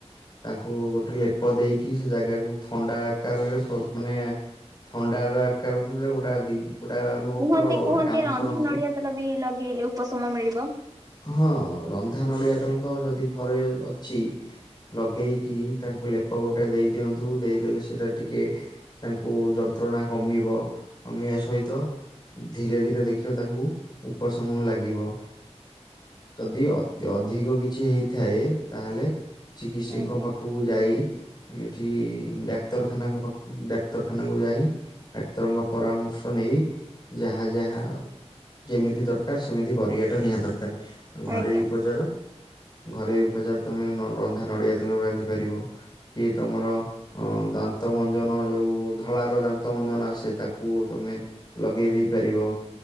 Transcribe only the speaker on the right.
କୁହନ୍ତି
କୁହନ୍ତି
ରନ୍ଧା
ନଡିଆ ତେଲ ବି ଲଗେଇଲେ ଉପଶମ ମିଳିବ
ଆଜ୍ଞା
ଆଜ୍ଞା।